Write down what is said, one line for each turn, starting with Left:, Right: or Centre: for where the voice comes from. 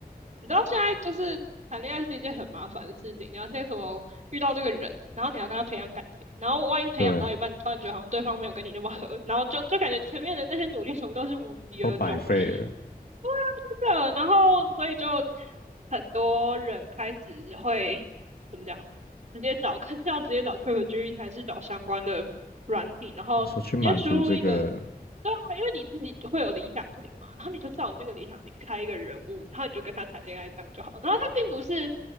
Right: 你知道现在就是谈恋爱是一件很麻烦的事情，你要先什么遇到这个人，然后你要跟他培养感情，然后万一培养到一半，
Left: <laughs> 对，
Right: 你突然觉得好像对方没有跟你那么合，然后就就感觉前面的那些努力全部都是无疾而终。
Left: 都白费了，
Right: 对啊，是的，然后所以就很多人开始会怎么讲，直接找，看是要直接找 ChatGPT 还是找相关的软体，然后直接输入一个，
Left: 你说去满足这个。
Right: 对啊，因为你自己就会有理想型嘛，然后你就照着那个理想型开一个人物，然后你就跟他谈恋爱这样就好。然后他并不是，